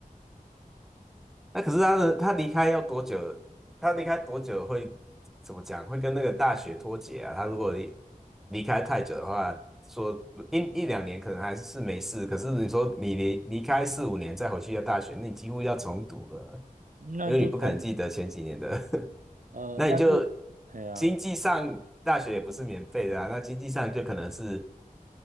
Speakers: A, in the centre; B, on the right.
A: 那可是他的他离开要多久？他离开多久会怎么讲？会跟那个大学脱节啊？他如果离离开太久的话，说一一两年可能还是没事，可是你说你离离开四五年再回去要大学，那你几乎要重读了，
B: 那就从
A: 因为你不可能记得前几年的。<laughs>
B: 呃，
A: 那你就
B: 那就，哎呀，
A: 经济上大学也不是免费的啊，那经济上就可能是